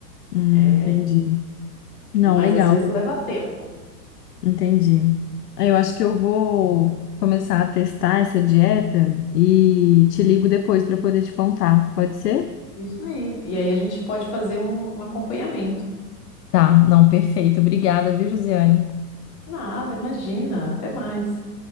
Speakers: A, on the left; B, on the left.
A: hum,
B: É,
A: entendi. Não,
B: mas
A: legal,
B: às vezes leva tempo.
A: entendi. Aí Eu acho que eu vou começar a testar essa dieta e te ligo depois para poder te contar. Pode ser?
B: Isso aí. E aí a gente pode fazer um, um acompanhamento.
A: Tá, não, perfeito. Obrigada, viu, Josiane?
B: Nada, imagina, até mais.